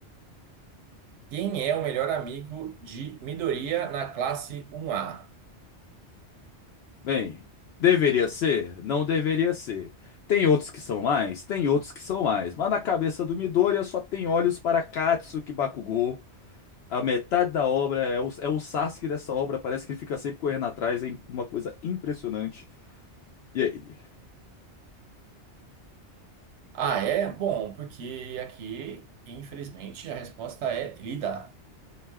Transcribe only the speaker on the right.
Quem é o melhor amigo de Midoriya na classe 1A?
Ah, é? Bom, porque aqui, infelizmente, a resposta é Lida.